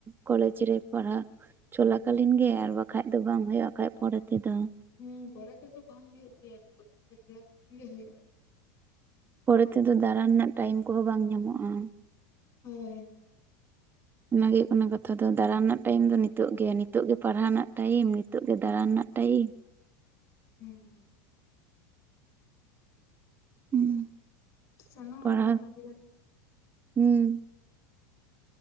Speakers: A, on the right (about 20°); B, on the left (about 45°).
A: ᱠᱚᱞᱮᱮᱡ ᱨᱮ ᱯᱟᱲᱦᱟᱜ ᱪᱚᱞᱟᱠᱟᱞᱤᱱ ᱜᱮ ᱟᱨ ᱵᱟᱠᱷᱟᱡ ᱫᱚ ᱵᱟᱝ ᱦᱩᱭᱩᱜᱼᱟ ᱵᱟ ᱠᱷᱟᱱᱡ ᱯᱚᱨᱮ ᱛᱮᱫᱚ ᱾
B: ᱦᱩᱸ ᱯᱚᱨ ᱛᱟᱛᱚ ᱵᱟᱝ ᱦᱩᱭᱩᱜ ᱜᱮᱭᱟ ᱠᱮᱞᱟᱥ ᱠᱮᱞᱟ ᱠᱷᱚᱱ ᱜᱮ ᱦᱩᱭᱩᱜᱼᱟ ᱾
A: ᱯᱚᱨᱮ ᱛᱮᱫᱚ ᱫᱟᱬᱟᱱ ᱨᱮᱱᱟᱜ ᱴᱟᱭᱤᱢ ᱠᱚᱦᱚᱸ ᱵᱟᱝ ᱧᱟᱢᱚᱜᱼᱟ ᱾
B: ᱦᱳᱭ
A: ᱚᱱᱟ ᱜᱮ ᱦᱤᱡᱩᱜ ᱠᱟᱱᱟ ᱠᱟᱛᱷᱟ ᱫᱚ ᱫᱟᱬᱟᱱ ᱨᱮᱱᱟᱜ ᱴᱟᱭᱤᱢ ᱫᱚ ᱱᱤᱛᱚᱜ ᱜᱮ ᱱᱤᱛᱚᱜ ᱜᱮ ᱯᱟᱲᱦᱟᱣ ᱨᱮᱱᱟᱜ ᱴᱟᱭᱤᱢ ᱱᱤᱛᱚᱜ ᱜᱮ ᱫᱟᱬᱟᱱ ᱨᱮᱱᱟᱜ ᱴᱟᱭᱤᱢ ᱾
B: ᱦᱩᱸ ᱦᱩᱸ
A: ᱦᱸ
B: ᱥᱮᱱᱚᱜ
A: ᱯᱟᱰᱦᱟᱣ
B: ᱟᱵᱚᱱ ᱛᱟᱦᱚᱞᱮ᱾
A: ᱦᱩᱸ